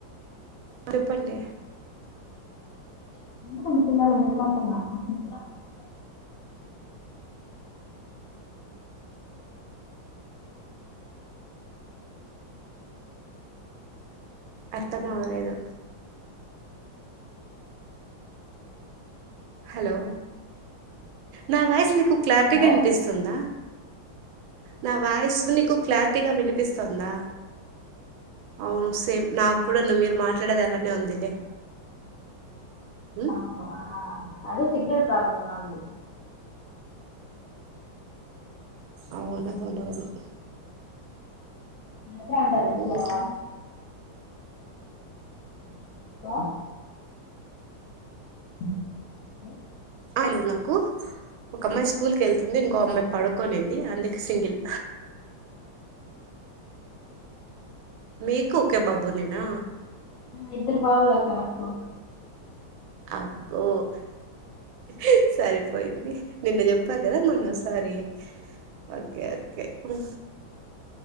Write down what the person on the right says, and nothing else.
అరెఫండి
అర్థమవలేదు హలో నా వాయిస్ నీకు క్లారిటీగా
వినిపిస్తుందా నా వాయిస్ నీకు నికు క్లారిటీగా వినిపిస్తుందా నా వాయిస్ నికు క్లారిటీగా వినిపిస్తుందా అవును సేమ్ నాకు కూడా ను్వు మీరు మాట్లాడేది ఎలానే ఉందిలే ఉ
అవును <unintelligible>
ఇంకా
హైలురులకు ఒక అమ్మాయి స్కూల్ కి వెళ్తుంది ఇంకో అభ ఆమె పడుకోనుంది అందుకే సింగిల్ మీకు ఒక బాబునేనా
అబ్బో <unintelligible> సరిపోయింది నిన్న చెప్పారు కదా మొన్న వస్త స్వారీ ఒక్ ఒక్